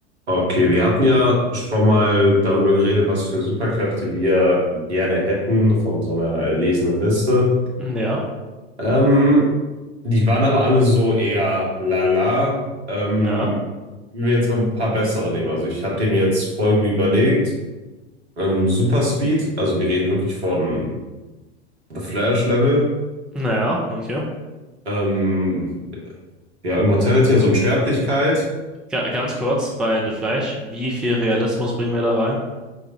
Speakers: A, on the right; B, in the centre.
A: Okay, wir hatten ja schon mal darüber geredet, was für Superkräfte wir gerne hätten von so einer erlesenen Liste.
B: Ja,
A: Ähm, die waren aber alle so eher lala. Ähm,
B: ja,
A: wenn wir jetzt mal ein paar bessere nehmen. Also ich hatte mir jetzt folgende überlegt. Ähm, Super Speed, also wir reden wirklich von The Flash Level.
B: ja, okay.
A: Ähm, ja, Immortality, also Unsterblichkeit.
B: Ga ganz kurz bei The Flash, wie viel Realismus bringen wir da rein?